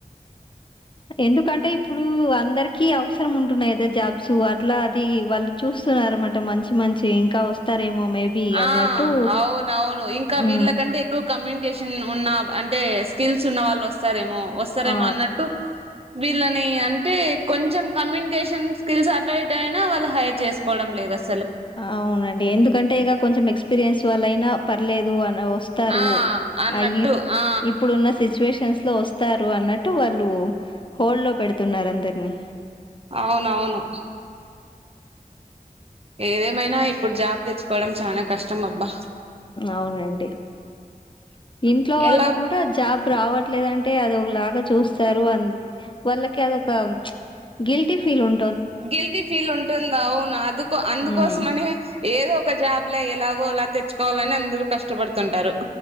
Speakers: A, on the left; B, on the right.
A: ఎందుకంటే ఇప్పుడు అందరికిీ అవసరం ఉంటున్నాయి కదా జాబ్స్ అట్లా అది వాళ్ళు చూస్తున్నారు అన్నమాట మంచి మంచి ఇంకా వస్తారేమో మేబి
B: ఆ
A: అన్నట్టు
B: అవున అవును ఇంకా
A: ఉమ్
B: వీళ్ళకంటే ఎక్కువ కమ్యూనికేషన్ ఉన్న అంటే స్కిల్స్ ఉన్న వాళ్ళు వస్తారేమో వస్తారేమో
A: ఆ
B: అన్నట్టు వీళ్ళని అంటే కొంచెం కమ్యూనికేషన్స్ స్కిల్స్ అటు ఇటు అయినా వాళ్ళు హైర్ చేసుకోవడం లేదు అస్
A: అవునండి ఎందుకంటే ఇగ కొంచెం ఎక్స్పీరియన్స్ వాళ్ళ అయినా పర్లేదు అన్ వస్తారు
B: ఆ అన్నట్టు
A: ఆ ఇ
B: ఆ
A: ఇప్పుడున్న సిట్యువేషన్ లో వస్తారు అన్నట్టు వాళ్ళు హోల్డ్ లో పెడుతున్నారు అందరినీ
B: అవునవును ఏదేమైనా ఇప్పుడు జాబ్ తెచ్చుకోవడం చానా కష్టం అబ్బా
A: అవునండి ఇంట్లో వాళ్ళు
B: ఎలా
A: కూడా జాబ్ రావట్లేదంటే అదోకలాగా చూస్తారు వాళ్ళకి అదొక గిల్టీ ఫీల్ ఉం
B: గిల్టీ ఫీల్ ఉంటుంది అవును అందుకో అందుకోసమని
A: మ్మ్
B: ఏదో ఒక జాబ్ బ్ ఎలాగో అలా తెచ్చుకోవాలని అందరు కష్టపడుతుంటారు